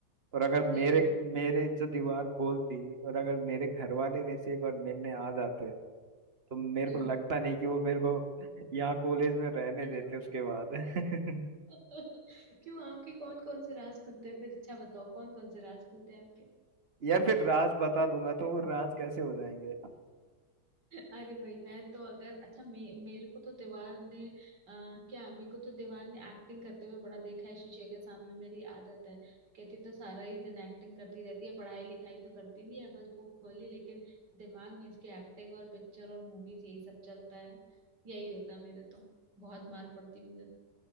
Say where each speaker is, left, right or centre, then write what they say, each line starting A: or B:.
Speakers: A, on the right; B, on the right.
A: और अगर मेरे
B: सही में
A: मेरे जो दीवार बोलती और अगर मेरे घर वाले मेरे से एक बार मिलने आ जाते तो मेरे
B: हम्म
A: को लगता नहीं कि वो मेरे को यहाँ कॉलेज में रहने
B: सच
A: देते
B: बात
A: उसके बाद <laughs>
B: है। <laughs> क्यों आपके कौन कौन से राज खुलते हैं फिर अच्छा बताओ कौन कौन से राज खुलते हैं आपके
A: यार फिर राज बता दूंगा तो वो राज कैसे हो जाएंगे
B: अरे भाई मैं तो अगर अच्छा मे, मेरे को तो दीवार ने आ, क्या मेरे को तो दीवार ने एक्टिंग करते हुए बड़ा देखा है शीशे के सामने मेरी आदत है कहती तो सारा ही दिन एक्टिंग करती रहती है पढ़ाई लिखाई तो करती नहीं है बस बुक खोली लेकिन दिमाग में इसकी एक्टिंग और पिक्चर और मूवीज यही सब चलता है यही होता है मेरे तो बहुत मार पड़ती मुझे